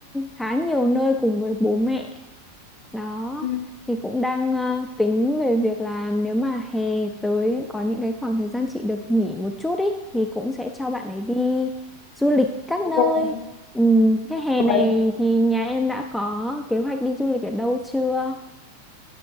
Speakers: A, in the centre; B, on the left.
A: khá nhiều nơi cùng với bố mẹ. Đó
B: Ừ.
A: thì cũng đang ờ, tính về việc là nếu mà hè tới có những cái khoảng thời gian chị được nghỉ một chút ý thì cũng sẽ cho bạn ấy đi du lịch các
B: Đúng
A: nơi. Ừm, thế hè này
B: rồi.
A: thì nhà em đã có kế hoạch đi du lịch ở đâu chưa?